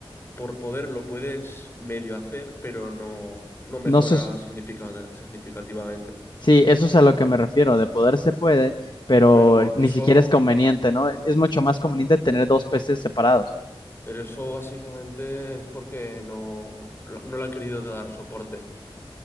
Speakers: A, on the left; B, on the left.
A: por poder lo puedes medio hacer, pero no, no mejora
B: No sé, s-
A: significa- significativamente.
B: sí, eso es a lo que me refiero. De poder se puede, pero
A: Pero
B: ni
A: eso,
B: siquiera es conveniente, ¿no? Es, es mucho más conveniente tener dos PCs separados.
A: pero eso básicamente es porque no, no le han querido dar soporte,